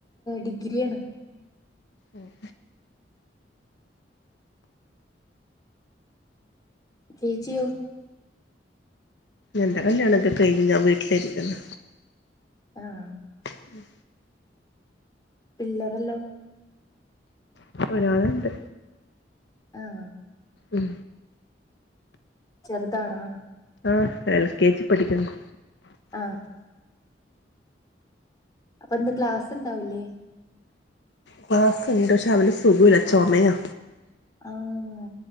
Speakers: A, on the left; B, on the left.
A: ഡിഗ്രിയാണ്
B: ഓഹ്
A: ചേച്ചിയോ
B: എന്റെ കല്യാണൊക്കെ കഴിഞ്ഞ് ഞാൻ വീട്ടിലിരിക്കുന്നു
A: ആഹ്
B: ഉം
A: പിള്ളറെല്ലോ
B: ഒരാളിണ്ട്
A: ആണോ?
B: ഉം
A: ചെറുതാണാ
B: ആഹ് എൽ കെ ജി പഠിക്കുന്നു
A: ആഹ് അപ്പൊ ഇന്ന് ക്ലാസ്ണ്ടാവില്ലേ?
B: ക്ലാസ്സുണ്ട് ക്ഷെ അവന് സുഖല്ല ചൊമയാ
A: ആഹ്